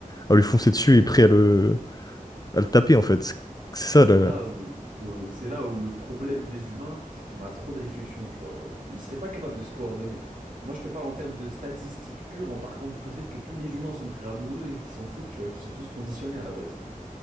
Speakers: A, on the left; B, on the right.
A: à lui foncer dessus et prêts à le, à le taper en fait, c'est ça
B: c'est
A: là,
B: là où, où- c'est là où le problème des humains, c'est qu'on a trop de réflexion, tu vois. Ils seraient pas capables de se coordonner. Moi, je te parle en termes de statistiques pures, en partant du principe que tous les humains sont prêts à mourir et qu'ils s'en foutent, tu vois, qu'ils sont tous conditionnés à la base.